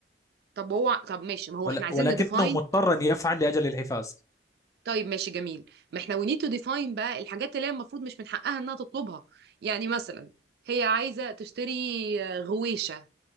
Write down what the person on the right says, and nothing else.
طب هو طب ماشي ما هو
إحنا عايزين
نديفاين
طيب ماشي جميل ما احنا we need to define بقى الحاجات اللي هي المفروض مش من حقها انها تطلبها يعني مثلا هي عايزة تشتري آه، غويشة